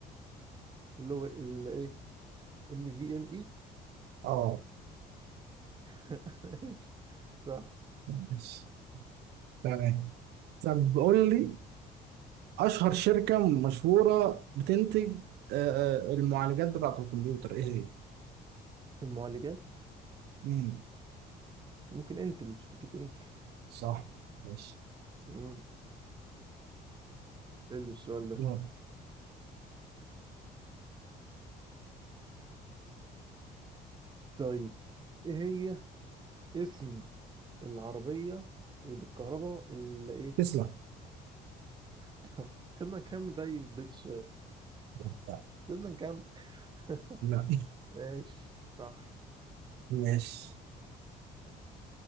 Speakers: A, on the right; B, on the right.
A: اللي هو الايه ان في ام اي
B: اه
A: <laughs> ماشي صح
B: ماشي تمام طب قول لي أشهر شركة مشهورة بتنتج آه آه، المعالجات بتاعة الكمبيوتر إيه هي؟
A: المعالجات
B: مم.
A: ممكن انتل ممكن انتل
B: صح ماشي
A: امم حلو السؤال ده
B: دورك
A: طيب ايه هي اسم العربية اللي بالكهرباء اللي ايه
B: تسلا
A: <laughs> سيبنا كام زي بيت السؤال
B: لا
A: سيبنا كام <laughs>
B: لا.
A: ماشي صح
B: ماشي